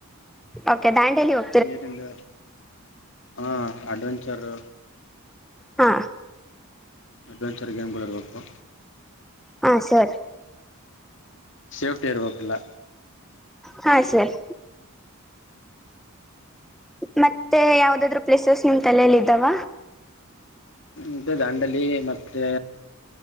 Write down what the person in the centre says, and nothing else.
ಓಕೆ ದಾಂಡೇಲಿ ಹೊ
<inaudible> ಹಾ
ಹಾ ಸರ್
ಹಾ ಸರ್ ಮತ್ತೆ ಯಾವ್ದಾಧ್ರು ಪ್ಲೇಸಸ್ ನಿಮ್ ತಲೆಲ್ಲಿ ಇದಾವ